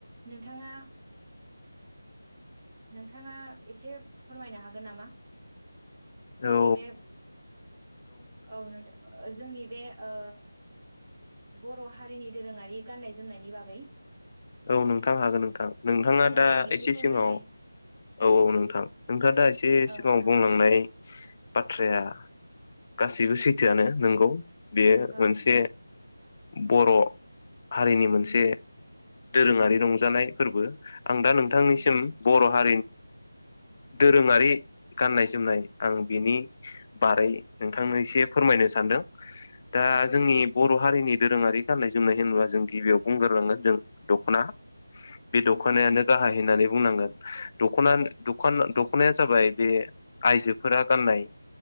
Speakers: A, on the right; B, on the left.
A: नोंथांङा नोंथांङा एसे फोरमायनो हागोन नामा जोंनि
B: औ
A: बे औ नोंथां जोंनि बे ओ बर' हारिनि दोरोंङारि गाननाय जोमनायनि बागै
B: औ नोंथां हागोन नोंथां नोंथांङा
A: औ नोंथां
B: दा एसे
A: फोरमायलाय
B: सिगांङाव औ औ नोंथां नोंथांङा दा एसे
A: औ
B: सिगांङाव
A: नोंथां
B: बुंलांनाय बाथ्राया गासैबो सैथोआनो नोंगौ। बेयो
A: औ
B: मोनसे
A: नोंथां
B: बर' हारिनि मोनसे दोरोङारि रंजानाय फोरबो आं दा नोंथांनिसिम
A: औ नोंथां
B: बर' हा दोरोंङारि गाननाय जोमनाय आं बिनि बारै नोंथांनो एसे फोरमायनो सानदों। दा
A: औ नोंथां
B: जोंनि बर' हारिनि दोरोंङारि गाननाय जोमनाय होनोबा जों गिबियाव बुंग्रोलांगोन जों दख'ना बे दख'नायानो
A: औ नोंथां
B: गाहाय होननानै बुंनांगोन दख'ना दखान दख'नाया जाबाय बे आइजोफोरा गाननाय।